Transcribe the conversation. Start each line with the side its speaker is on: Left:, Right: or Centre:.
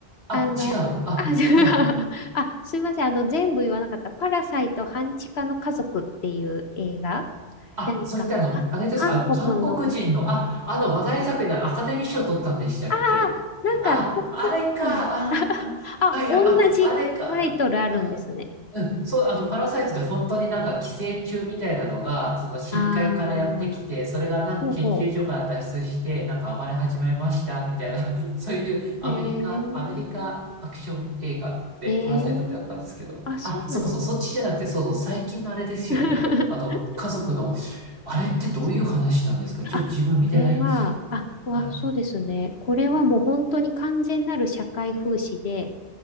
Right: あ、
Left: あの、
Right: 違う。あ、
Left: あ、<laughs> じゃあ、
Right: はいはい。
Left: <laughs> あ、すいません。あの、全部言わなかった。パラサイト半地下の家族っていう映画。
Right: あ、
Left: なんか、
Right: それってあの、
Left: あ韓国の、
Right: あれですか、あの、韓国人の、あ、あの話題作でアカデミー賞取ったんでしたっけあ、
Left: あなんか、と、
Right: あれか、
Left: 撮ったの。<laughs>
Right: あー、
Left: あ、
Right: はいはい、
Left: 同じタイトルあるんですね。
Right: あ、あれか。あうん、そう、あの、パラサイトって本当になんか寄生虫みたいなのが、その深海からやってきて、
Left: ああ、
Right: それがなんか研究所から脱出して、
Left: ほうほ
Right: なんか暴れ始めました、みたいな、<laughs> そういうアメリカ、
Left: う。えー、
Right: アメリカアクション映画でパラサイトってあったんですけど、
Left: えー、あ、そうなんだ。
Right: あ、そうそう、そっちじゃなくて、そうそう、最近のあれですよね。
Left: <laughs>
Right: あの、家族の、あれってどういう話なんですかちょっと自分見てないんですよ。
Left: あ、そう。あ、これは、あ、
Right: はい、
Left: うわ、そうですね。これはもう本当に完全なる社会風刺で、